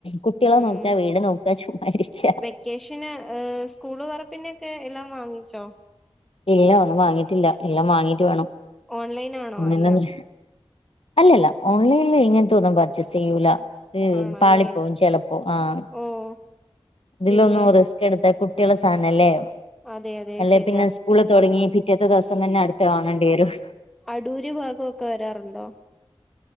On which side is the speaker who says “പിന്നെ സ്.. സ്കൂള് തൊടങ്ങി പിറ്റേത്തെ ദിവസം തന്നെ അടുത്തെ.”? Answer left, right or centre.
Left